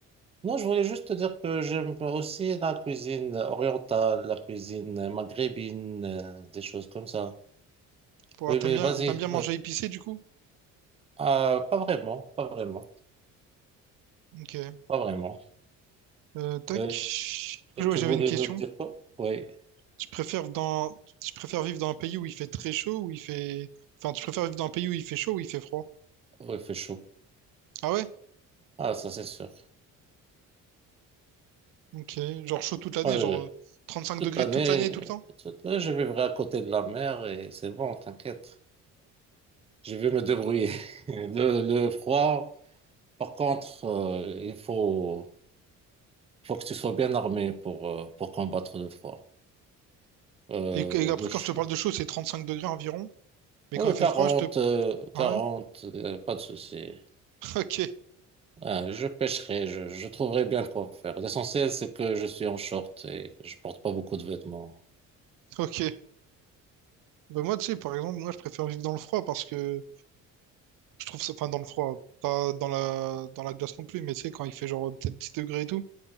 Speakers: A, on the right (about 20°); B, on the right (about 75°).
A: Non, je voulais juste te dire que j'aime aussi la cuisine orientale, la cuisine maghrébine, euh, des choses comme ça.
B: Pour...
A: Oui,
B: ah, T'aimes
A: mais
B: bien...
A: vas-y.
B: T'aimes bien manger épicé, du coup?
A: Ah, pas vraiment, pas vraiment,
B: Ok.
A: pas vraiment.
B: Euh, tac.
A: Euh, Ok.
B: Du
A: et
B: coup,
A: tu
B: ouais, j'avais
A: voulais
B: une question.
A: me dire quoi? Oui,
B: Tu préfères dans... Tu préfères vivre dans un pays où il fait très chaud, où il fait... Enfin, tu préfères vivre dans un pays où il fait chaud, où il fait froid?
A: oui, il fait chaud.
B: Ah ouais?
A: Ah, ça c'est sûr.
B: Ok, genre chaud toute l'année,
A: Moi,
B: genre
A: je-
B: euh, cinq
A: toute
B: degrés
A: l'année,
B: toute l'année, tout le temps.
A: toute l'année, je vivrai à côté de la mer et c'est bon, t'inquiète. Je vais me débrouiller. <laughs> Le, le froid, par contre, euh, il faut, faut que tu sois bien armé pour, euh, pour combattre le froid. Euh,
B: Et, et après,
A: le ch-
B: quand je te parle de chaud, c'est 35 degrés environ. Mais
A: ouais,
B: quand il
A: 40,
B: fait froid, je te...
A: euh,
B: Ah
A: 40,
B: ouais?
A: euh, pas de souci.
B: <laughs> Ok,
A: Ah, je pêcherai, je, je trouverai bien quoi faire. L'essentiel, c'est que je suis en short et je porte pas beaucoup de vêtements.
B: ok. Bah moi, tu sais, par exemple, moi, je préfère vivre dans le froid parce que je trouve ça... Enfin, dans le froid, pas dans la, dans la glace non plus, mais tu sais, quand il fait genre peut-être 10 degrés et tout.